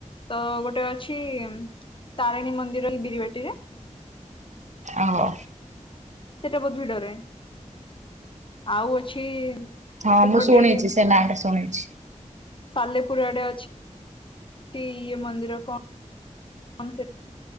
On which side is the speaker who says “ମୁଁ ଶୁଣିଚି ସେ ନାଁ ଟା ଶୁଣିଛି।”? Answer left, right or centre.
Right